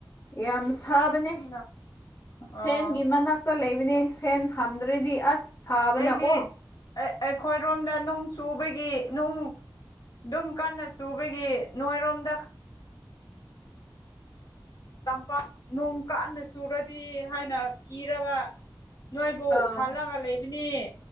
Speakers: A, on the left (about 35°); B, on the left (about 55°).
A: ꯌꯥꯝ ꯁꯥꯕꯅꯦ
B: ꯌꯥꯝꯅ
A: ꯐꯦꯟꯒꯤ
B: ꯑꯣ
A: ꯃꯅꯥꯛ ꯂꯩꯕꯅꯦ ꯐꯦꯟ ꯊꯝꯗ꯭ꯔꯗꯤ ꯑꯁ ꯁꯥꯕꯅꯀꯣ
B: ꯑꯩꯗꯤ ꯑꯩ ꯑꯩꯈꯣꯏꯔꯣꯝꯗ ꯅꯨꯡ ꯆꯨꯕꯒꯤ ꯅꯨꯡ ꯑꯗꯨꯝ ꯀꯟꯅ ꯆꯨꯕꯒꯤ ꯅꯣꯏꯔꯣꯝꯗ ꯇꯝꯄꯥꯛ ꯅꯣꯡ ꯀꯥꯟꯅ ꯆꯨꯔꯗꯤ ꯍꯥꯏꯅ ꯀꯤꯔꯒ ꯅꯣꯏꯕꯨ
A: ꯑꯥ
B: ꯈꯜꯂꯒ ꯂꯩꯕꯅꯤ